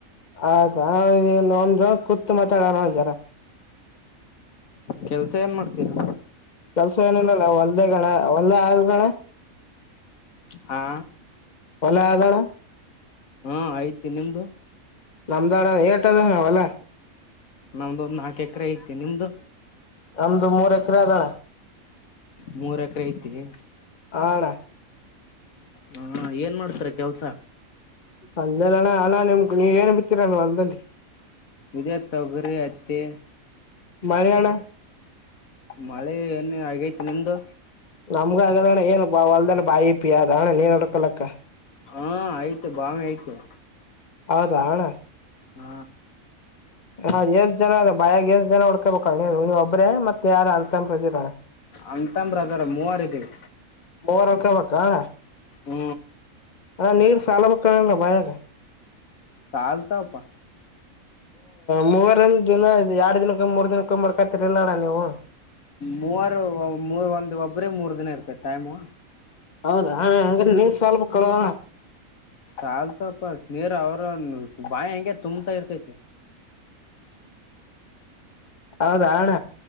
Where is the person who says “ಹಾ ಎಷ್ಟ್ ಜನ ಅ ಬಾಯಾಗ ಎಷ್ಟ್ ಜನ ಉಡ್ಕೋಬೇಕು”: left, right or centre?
Left